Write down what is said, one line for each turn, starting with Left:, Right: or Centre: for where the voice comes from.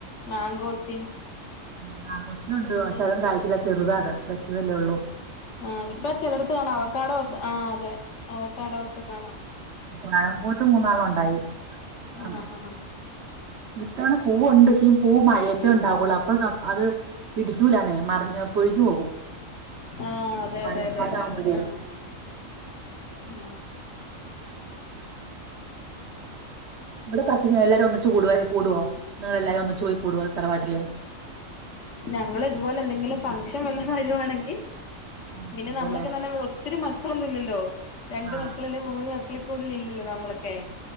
Left: മാങ്കോസ്റ്റിൻ
Right: ഉമ് മാഗോസ്റ്റിനുണ്ട്
Left: പിന്നെ
Right: പക്ഷെ അതോന്നും കായ്ച്ചില്ല ചെറുതാത് വെച്ചതല്ലേ ഉള്ളൂ
Left: ആഹ് ഇപ്പൊ ചിലടത്ത് കാണാ അവക്കാടോ ഒക്കെ ആഹ് അതെ അവക്കാടോ ഒക്കെ കാണാം
Right: മേപോട്ട് മൂന്നാളം ഉണ്ടായി ആ,
Left: ആഹ് ഹഹ ഹ
Right: ഇത്തവണ പൂവുണ്ട് പക്ഷെ പൂവ് മഴയത്തേ ഉണ്ടാവുള്ളൂ അപ്പൊ അത് പിടിക്കൂലന്നെ മറി പിഴിഞ്ഞു പോകും
Left: ആഹ് അതെ
Right: മഴക്കാലം
Left: അതെ അതെ അതെ
Right: ആവുമ്പോഴേ
Left: അതെ ആഹ ആ
Right: ഇവിടെ കസിന് എല്ലാരും ഒന്നിച്ച് കൂടൊവൊ കൂടൊ ആ എല്ലാവരും ഒന്നിച്ച് പോയി കൂടും തറവാട്ടിലേ
Left: ഞങ്ങള് ഇതുപോലെ എന്തെങ്കിലും ഫംഗ്ഷൻ വല്ലതും വരുവാണെങ്കി.
Right: ആ ഒന്നിച്ച്
Left: പിന്നെ
Right: കൂടും
Left: നമ്മളൊക്കെന്നെ
Right: അല്ലേ
Left: ഒത്തിരി മക്കളൊന്നും ഇല്ലല്ലോ രണ്ട്
Right: ആ
Left: മക്കള് അല്ലേ മൂന്ന് മ കൂടുതൽ ഇല്ലല്ലോ നമ്മളൊക്കെ